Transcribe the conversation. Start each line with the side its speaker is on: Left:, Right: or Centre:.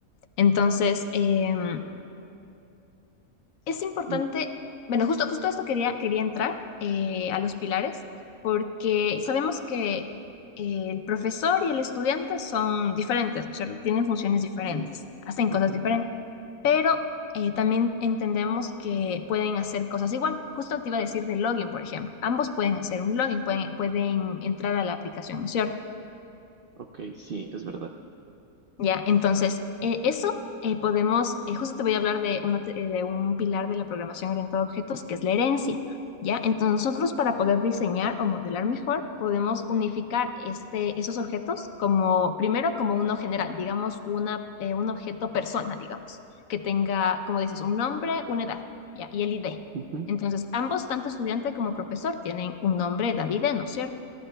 Left: Entonces, em, es importante,
Right: Y,
Left: bueno, justo, justo esto quería, quería entrar eh, a los pilares, porque sabemos que eh, el profesor y el estudiante son diferentes, ¿no es cierto? Tienen funciones diferentes,
Right: sí,
Left: hacen
Right: ajá,
Left: cosas diferentes, pero eh, también entendemos que pueden hacer cosas igual. Justo te iba a decir de login, por ejemplo. Ambos pueden hacer un login, pueden, pueden entrar a la aplicación, ¿no es cierto?
Right: ok, sí, es verdad.
Left: Ya, entonces, eh, eso eh, podemos, eh, justo te voy a hablar de, una te- eh, de un pilar de la programación orientada a objetos, que es la herencia. Ya, entonces nosotros para poder diseñar o modelar mejor, podemos unificar este, esos objetos como, primero como uno general, digamos, una, eh, un objeto persona, digamos, que tenga, como dices, un nombre, una edad, ya, y el ID.
Right: Ujú,
Left: Entonces, ambos, tanto estudiante como profesor, tienen un nombre, edad, ID, ¿no es cierto?